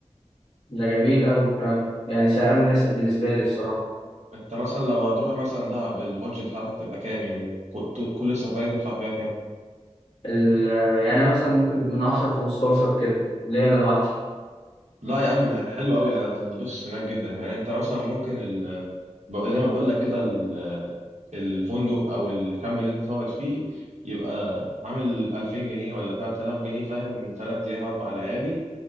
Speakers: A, on the left; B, on the right.
A: ده جميل أوي فعلا يعني سعره مناسب بالنسبة لي الصراحة
B: أنت مثلا لو هتروح مثلا دهب البادجت بتاعتك تبقى كام يعني ك- كل السفرية تدفع فيها كام
A: ال- يعني أنا مثلا ممكن من 10 ل 15 كده ليا أنا لوحدي
B: لا يا عم حلو قوي ده انت هتتبسط هناك جدا يعني انت مثلا ممكن ال... بق- زي ما بقول لك كده ال... الفندق او الكامب اللي انت تقعد فيه يبقى عامل 2000 جنيه ولا 3000 جنيه فاهم 3 ايام 4 ليالي